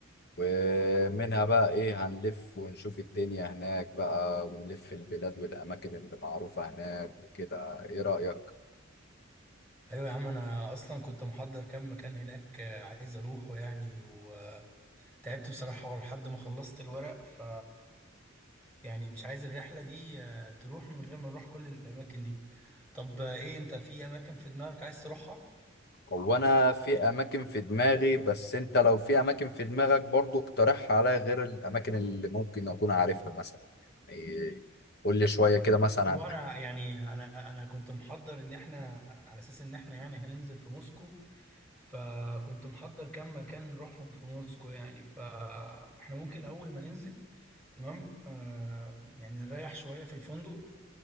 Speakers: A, on the left; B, in the centre.
A: ومنها بقى ايه هنلف ونشوف الدنيا هناك بقى ونلف البلاد والاماكن اللي معروفة هناك وكده ايه رأيك
B: ايوه يا عم انا اصلا كنت محضر كام مكان هناك آه، عايز اروحه يعني وتعبت بصراحه لحد ما خلصت الورق ف يعني مش عايز الرحله دي آه، تروح من غير ما نروح كل الاماكن دي طب آه، ايه انت في اماكن في دماغك عايز تروحها
A: هو انا في اماكن في دماغي بس انت لو في اماكن في دماغك برضو اقترحها عليا غير الاماكن اللي ممكن اكون عارفها مثلا يعني قول لي شوية كده مثلا
B: بص هو انا يعني انا انا كنت محضر ان احنا على اساس ان احنا يعني هننزل في موسكو فكنت محضر كام مكان نروحهم في موسكو يعني فاحنا ممكن اول ما ننزل تمام آه يعني نريح شوية في الفندق